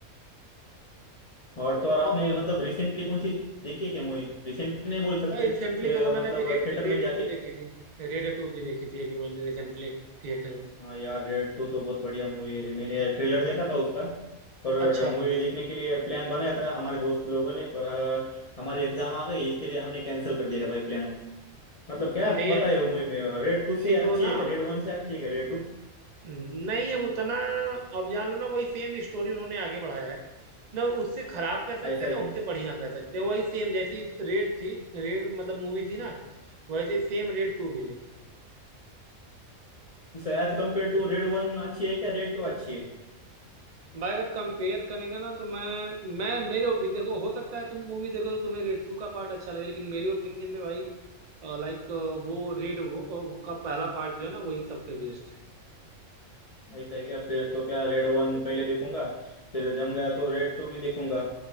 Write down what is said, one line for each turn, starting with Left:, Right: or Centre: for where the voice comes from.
Left: और तो और
Right: और
Left: आपने मतलब रिसेंटली कौन सी देखी है क्या मूवी रिसेंटली नहीं बोल सकते
Right: भाई रिसेंटली
Left: फिर
Right: देखो
Left: अ,
Right: मैंने
Left: मतलब
Right: अभी रे,
Left: थिएटर
Right: रेड
Left: में जाके
Right: टू देखी थी रेड टू भी देखी थी अभी मैंने रिसेंटली थिएटर में
Left: हाँ यार रेड टू तो बहुत बढ़िया मूवी है मैंने ट्रेलर देखा था उसका पर
Right: अच्छा
Left: मूवी देखने के लिए प्लान बनाया था हमारे दोस्त लोगों ने पर अ, हमारी एग्जाम आ गई इसके लिए हमने कैंसिल कर दिया भाई प्लान मतलब क्या
Right: नहीं
Left: बताए
Right: यार तो,
Left: मूवी में रेड टू
Right: नहीं
Left: से अच्छी
Right: तो ना
Left: है क्या रेड वन से अच्छी है क्या रेड टू
Right: नहीं अब उतना अब जान लो ना वही सेम स्टोरी उन्होंने आगे बढ़ाया है ना उससे खराब कह सकते
Left: ऐसा
Right: हैं
Left: है
Right: ना
Left: क्या
Right: उससे बढ़िया कह सकते हैं वही सेम जैसी रेड थी रेड मतलब मूवी थी ना वैसे सेम रेड टू भी है
Left: as compare to रेड वन अच्छी है क्या रेड टू अच्छी है
Right: भाई अगर कंपेयर करेंगे ना तो मैं मैं मेरे ओपिनियन देखो हो सकता है तुम मूवी देखो तो तुम्हें रेड टू का पार्ट अच्छा लगे लेकिन मेरे ओपिनियन में भाई लाइक वो रेड वो, वो का पहला पार्ट जो है ना वही सबसे बेस्ट है
Left: ऐसा है क्या फिर तो क्या रेड वन पहले देखूंगा फिर जम गया तो रेड टू भी देखूंगा